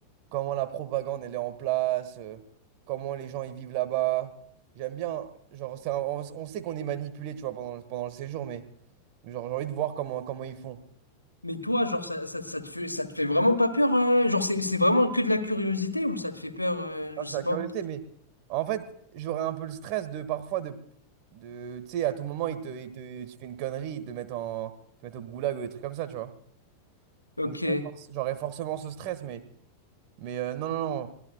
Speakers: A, on the right; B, on the left.
A: comment la propagande, elle est en place, euh, comment les gens, ils vivent là-bas. J'aime bien, genre, c'est un- on, on sait qu'on est manipulé, tu vois, pendant, le- pendant le séjour, mais mais genre, j'ai envie de voir comment, comment ils font.
B: Mais toi, genre, ça, ça, ça te fait, ça te fait vraiment pas peur? euh, genre, c'est c'est vraiment que de la curiosité ou ça te fait peur? euh,
A: Ah,
B: je
A: c'est
B: sais
A: la
B: pas.
A: curiosité, mais en fait, j'aurais un peu le stress de parfois de, de tu sais, à tout moment, ils te, ils te, tu fais une connerie, ils te mettent en, ils te mettent au goulag ou des trucs comme ça, tu vois.
B: Ok.
A: Donc j'aurais for- j'aurais forcément ce stress, mais, mais euh, non, non, non,